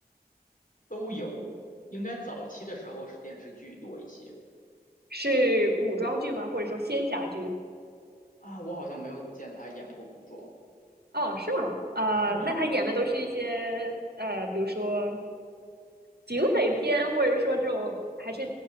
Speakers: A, on the left; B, on the right.
A: 都有。应该早期的时候是电视剧多一些
B: 是古装剧吗？或者说仙侠剧？
A: 啊，我好像没有见他演过古装。
B: 哦，是吗？呃，
A: 嗯，
B: 那他演的都是一些呃，比如说警匪片，或者说这种还是